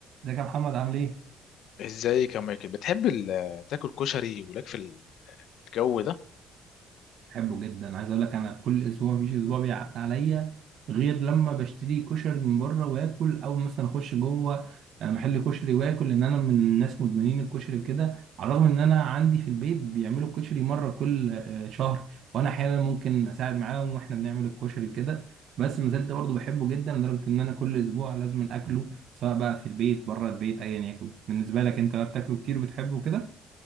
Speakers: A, on the right; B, on the left.
A: ازيك يا محمد عامل ايه؟
B: ازيك يا مايكل بتحب ال- تاكل كشري ولك في الجو ده
A: بحبه جدا عايز اقول لك انا كل اسبوع مفيش اسبوع بيعدي عليا غير لما بشتري كشري من بره واكل او مثلا اخش جوه آه، محل كشري واكل لان انا من الناس مدمنين الكشري كده على الرغم ان انا عندي في البيت بيعملوا الكشري مره كل آه، شهر وانا احيانا ممكن اساعد معاهم واحنا بنعمل الكشري كده بس ما زلت برضه بحبه جدا لدرجه ان انا كل اسبوع لازم اكله سواء بقى في البيت بره البيت ايا يكن بالنسبه لك انت بقى بتاكله كتير وبتحبه كده